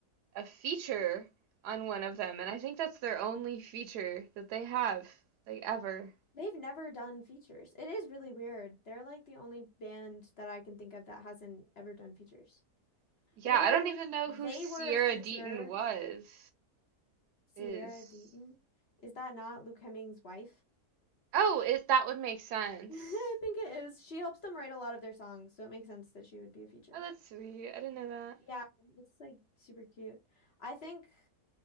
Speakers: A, on the right; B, on the left.
A: a feature on one of them, and I think that's their only feature that they have, like, ever.
B: <laughs> They've never done features. It is really weird. They're like the only band that I can think of that hasn't ever done features.
A: Yeah,
B: They were
A: I don't even know
B: they
A: who Sierra
B: were a feature.
A: Deaton was.
B: Sierra
A: Is.
B: Deaton. Is that not Luke Hemming's wife?
A: Oh, it that would make sense.
B: <laughs> I think it is. She helps them write a lot of their songs, so it makes sense that she would be a feature.
A: Oh, that's sweet. I didn't know that.
B: Yeah, it's like super cute. I think